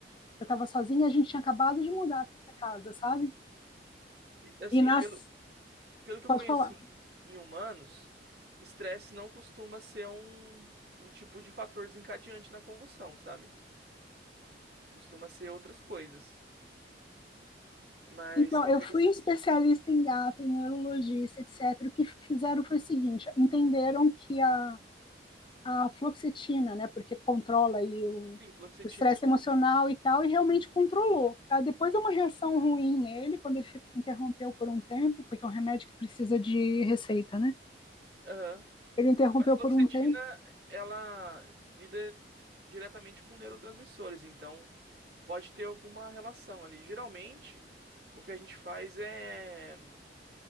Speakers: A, on the left (about 25°); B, on the right (about 65°).
A: eu estava sozinha, a gente tinha acabado de mudar aqui para casa,
B: Uhum.
A: sabe?
B: E, assim,
A: E nas...
B: pelo, pelo que
A: Pode
B: eu conheci
A: falar.
B: em humanos, estresse não costuma ser um, um tipo de fator desencadeante na convulsão, sabe? Costuma ser outras coisas. Mas
A: Então,
B: talvez.
A: eu fui especialista em gato, em neurologista, etc. O que fizeram foi o seguinte, entenderam que a a fluoxetina, né? Porque controla aí o
B: Sim, fluoxetina.
A: o estresse emocional e tal, e realmente controlou. Tá? Depois é uma reação ruim nele, quando ele fico, interrompeu por um tempo, porque é um remédio que precisa de receita, né?
B: Aham.
A: Ele interrompeu
B: Mas fluoxetina,
A: por um tempo.
B: ela lida diretamente com neurotransmissores, então pode ter alguma relação ali. Geralmente, o que a gente faz é.